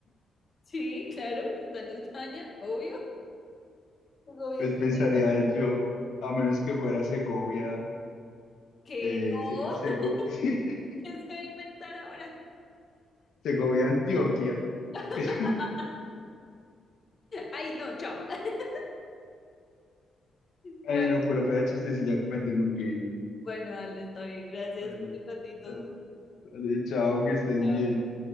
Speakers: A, on the left; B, on the left.
A: Sí, claro, está en España, obvio. Segovia
B: Pues
A: está-
B: pensaría yo, a menos que fuera Segovia,
A: que
B: eh,
A: no,
B: Se- Sego-
A: <laughs>
B: <laughs>
A: ¿Qué se va a inventar ahora.
B: Segovia, Antioquia.
A: <laughs>
B: <laughs>
A: Ay, no, chao. <laughs>
B: Ay,
A: Bueno,
B: no, pero fuera chiste si ya me tengo que ir.
A: bueno, Ale, está bien. Gracias
B: Dale,
A: por el ratito.
B: dale. Vale, chao, que estés
A: Chao.
B: bien.